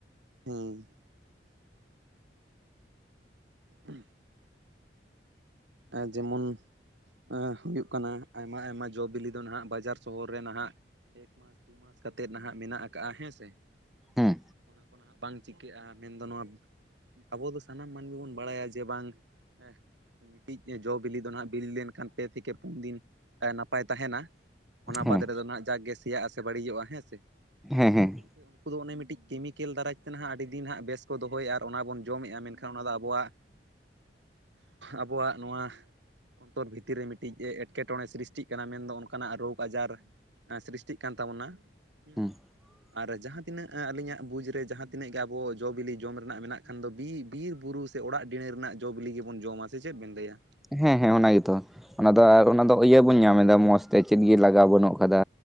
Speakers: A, on the right; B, in the centre.
A: ᱦᱮᱸ <inaudible> ᱟᱻ ᱡᱮᱢᱚᱱ, ᱟᱸᱦ ᱦᱩᱭᱩᱜ ᱠᱟᱱᱟ ᱟᱭᱢᱟ ᱟᱭᱢᱟ ᱡᱚ ᱵᱤᱞᱤ ᱫᱚ ᱱᱟᱦᱟᱜ ᱵᱟᱡᱟᱨ ᱥᱚᱦᱚᱨ ᱨᱮ ᱱᱟᱦᱟᱜ ᱢᱟᱥ ᱫᱩ ᱢᱟᱥ ᱠᱟᱛᱮᱫ ᱱᱟᱦᱟᱜ ᱢᱮᱱᱟᱜ ᱟᱠᱟᱫᱼᱟ ᱦᱮᱸ ᱥᱮ᱾
B: ᱦᱮᱸ
A: ᱚᱱᱟ ᱠᱚ ᱱᱟᱦᱟᱜ ᱵᱟᱝ ᱪᱤᱠᱟᱹᱜᱼᱟ ᱢᱮᱱᱫᱚ ᱱᱚᱣᱟ ᱟᱵᱚ ᱫᱚ ᱥᱟᱱᱟᱢ ᱢᱟᱹᱱᱢᱤ ᱵᱚᱱ ᱵᱟᱲᱟᱭᱟ ᱡᱮ ᱵᱟᱝ ᱦᱮᱸᱦ, ᱢᱤᱫᱴᱤᱡ ᱡᱚ ᱵᱤᱞᱤ ᱫᱚ ᱱᱟᱦᱟᱸᱜ ᱵᱤᱞᱤ ᱞᱮᱱᱠᱷᱟᱱ ᱯᱮ ᱛᱷᱮᱠᱮ ᱯᱩᱱ ᱫᱤᱱ ᱱᱟᱯᱟᱭ ᱛᱟᱦᱮᱱᱟ ᱚᱱᱟ
B: ᱦᱮᱸ
A: ᱵᱟᱫᱽ ᱨᱮᱫᱚ ᱦᱟᱜ ᱡᱟᱠ ᱜᱮ ᱥᱮᱭᱟᱜ ᱟ ᱥᱮ ᱵᱟᱹᱲᱤᱡᱚᱜᱼᱟ ᱦᱮᱸ ᱥᱮ
B: ᱦᱮᱸ
A: ᱢᱮᱱᱠᱷᱟᱱ
B: ᱦᱮᱸ ᱦᱮᱸ
A: ᱜᱚᱝᱠᱮ ᱩᱱᱠᱩ ᱫᱚ ᱚᱱᱮ ᱢᱤᱫᱴᱤᱡ ᱠᱮᱢᱤᱠᱮᱞ ᱫᱟᱨᱟᱡᱽ ᱛᱮ ᱦᱟᱸᱜ ᱟᱹᱰᱤ ᱫᱤᱱ ᱦᱟᱸᱜ ᱵᱮᱥ ᱠᱚ ᱫᱚᱦᱚᱭᱮᱫ ᱟᱨ ᱚᱱᱟ ᱵᱚᱱ ᱡᱚᱢᱮᱫᱼᱟ ᱢᱮᱱᱠᱷᱟᱱ ᱚᱱᱟ ᱫᱚ ᱟᱵᱚᱣᱟᱜ ᱟᱵᱚᱣᱟᱜ ᱱᱚᱣᱟ ᱚᱱᱛᱚᱨ ᱵᱷᱤᱛᱤᱨ ᱨᱮ ᱢᱤᱫᱴᱤᱡ ᱮᱴᱠᱮᱴᱚᱬᱮ ᱥᱨᱤᱥᱴᱤᱜ ᱠᱟᱱᱟ ᱢᱮᱱᱫᱚ ᱚᱱᱠᱟᱱᱟᱜ ᱨᱳᱜᱽ ᱟᱡᱟᱨ ᱮᱸ ᱥᱨᱤᱥᱴᱤᱜ ᱠᱟᱱ ᱛᱟᱵᱚᱱᱟ ᱾ ᱦᱮᱸ
B: ᱦᱮᱸ <inaudible>
A: ᱟᱨ ᱡᱟᱦᱟᱸ ᱛᱤᱱᱟᱹᱜ ᱟᱹᱞᱤᱧᱟᱜ ᱵᱩᱡᱽ ᱨᱮ ᱡᱟᱦᱟᱸ ᱛᱤᱱᱟᱹᱜ ᱜᱮ ᱟᱵᱚ ᱡᱚ ᱵᱤᱞᱤ ᱡᱚᱢ ᱨᱮᱱᱟᱜ ᱢᱮᱱᱟᱜ ᱠᱷᱟᱱ ᱫᱚ ᱵᱤ ᱵᱤᱨ ᱵᱩᱨᱩ ᱥᱮ ᱚᱲᱟᱜ ᱰᱤᱺᱬᱟᱹ ᱨᱮᱱᱟᱜ ᱡᱚ ᱵᱤᱞᱤ ᱜᱮᱵᱚᱱ ᱡᱚᱢᱟ ᱥᱮ ᱪᱮᱫ ᱵᱮᱱ ᱞᱟᱹᱭᱟ?
B: ᱦᱮᱸ ᱦᱮᱸ ᱚᱱᱟ ᱜᱮᱛᱚ ᱚᱱᱟᱫᱚ ᱚᱱᱟ ᱫᱚ ᱤᱭᱟᱹ ᱵᱚᱱ ᱧᱟᱢ ᱮᱫᱟ ᱢᱚᱸᱥᱽ ᱛᱮ ᱪᱮᱫ ᱜᱮ ᱞᱟᱜᱟᱣ ᱵᱟᱹᱱᱩᱜ ᱟᱠᱟᱫᱟ᱾